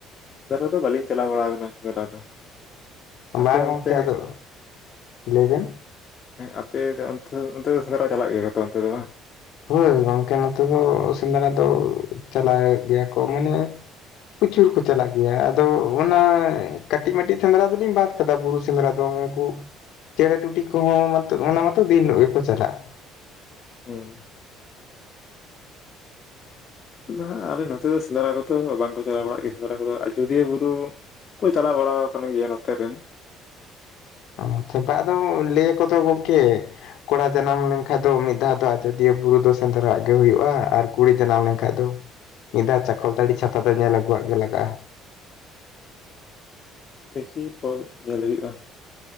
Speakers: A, on the left; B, on the left.
A: ᱥᱮᱸᱮᱫᱨᱟ ᱫᱚ ᱵᱟᱹᱞᱤᱧ ᱪᱟᱞᱟᱣ ᱵᱟᱲᱟᱣ ᱠᱟᱱᱟ ᱥᱮᱸᱱᱫᱽᱨᱟ ᱫᱚ᱾ ᱟᱯᱮ
B: ᱵᱟᱝ ᱜᱚᱢᱠᱮ
A: ᱚᱱᱛᱮ
B: ᱟᱫᱚ, ᱞᱮ ᱵᱮᱱ᱾
A: ᱦᱮᱸ ᱟᱯᱮ ᱫᱚ ᱚᱱᱛᱮ ᱫᱚ ᱚᱱᱛᱮ ᱫᱚ ᱥᱮᱸᱫᱽᱨᱟ ᱪᱟᱞᱟᱜ ᱜᱮᱭᱟ ᱠᱚᱛᱚ ᱚᱱᱛᱮ ᱫᱚ ᱵᱟᱝ?
B: ᱦᱳᱭ ᱜᱚᱝᱠᱮ ᱱᱚᱛᱮ ᱫᱚ ᱥᱮᱸᱫᱽᱨᱟ ᱫᱚ ᱪᱟᱞᱟᱜ ᱜᱮᱭᱟ ᱠᱚ ᱢᱟᱱᱮ ᱯᱨᱚᱪᱩᱨ ᱠᱚ ᱪᱟᱞᱟᱜ ᱜᱮᱭᱟ ᱟᱫᱚ ᱚᱱᱟ ᱠᱟᱹᱴᱤᱡ ᱢᱟᱴᱤᱡ ᱥᱮᱸᱫᱽᱨᱟ ᱫᱚᱞᱤᱧ ᱵᱟᱫ ᱠᱟᱫᱟ ᱵᱩᱨᱩ ᱥᱮᱸᱫᱽᱨᱟ ᱫᱚ ᱩᱱᱠᱩ ᱪᱮᱬᱮᱸ ᱴᱩᱴᱤ ᱠᱚᱦᱚᱸ ᱚᱱᱟ ᱢᱟᱛᱚ ᱫᱤᱱ ᱦᱤᱞᱳᱜ ᱜᱮᱠᱚ ᱪᱟᱞᱟᱜᱼᱟ᱾
A: ᱦᱮᱸ᱾ ᱵᱟᱝ ᱦᱟᱹᱜ ᱟᱞᱮ ᱱᱚᱛᱮ ᱫᱚ ᱥᱮᱸᱫᱽᱨᱟ ᱠᱚᱫᱚ ᱵᱟᱝᱠᱚ ᱪᱟᱞᱟᱣ ᱵᱟᱲᱟᱜ ᱜᱮᱭᱟ ᱥᱮᱸᱫᱽᱨᱟ ᱠᱚᱫᱚ ᱟᱡᱚᱫᱤᱭᱟᱹ ᱵᱩᱨᱩ ᱠᱚ ᱪᱟᱞᱟᱣ ᱵᱟᱲᱟᱣ ᱟᱠᱟᱱ ᱜᱮᱭᱟ ᱱᱚᱛᱮ ᱨᱮᱱ᱾
B: ᱟᱪᱪᱷᱟ ᱵᱟᱝ ᱟᱫᱚ ᱞᱮ ᱟᱠᱚ ᱛᱚ ᱜᱚᱢᱠᱮ ᱠᱚᱲᱟ ᱡᱟᱱᱟᱢ ᱞᱮᱱᱠᱷᱟᱡ ᱫᱚ ᱢᱤᱫ ᱫᱷᱟᱣ ᱫᱚ ᱟᱡᱳᱚᱫᱤᱭᱟᱹ ᱵᱩᱨᱩ ᱫᱚ ᱥᱮᱸᱫᱽᱨᱟᱣᱟᱜ ᱜᱮ ᱦᱩᱭᱩᱜᱼᱟ ᱟᱨ ᱠᱩᱲᱤ ᱡᱟᱱᱟᱢ ᱞᱮᱱᱠᱷᱟᱡ ᱫᱚ ᱢᱤᱫ ᱫᱷᱟᱣ ᱪᱟᱠᱚᱞᱛᱟᱹᱲᱤ ᱪᱷᱟᱛᱟ ᱫᱚ ᱧᱮᱞ ᱟᱹᱜᱩᱣᱟᱜ ᱜᱮ ᱞᱟᱜᱟᱜᱼᱟ᱾
A: ᱫᱮᱥᱤ ᱯᱚᱨ ᱧᱮᱞ ᱦᱩᱭᱩᱜᱼᱟ᱾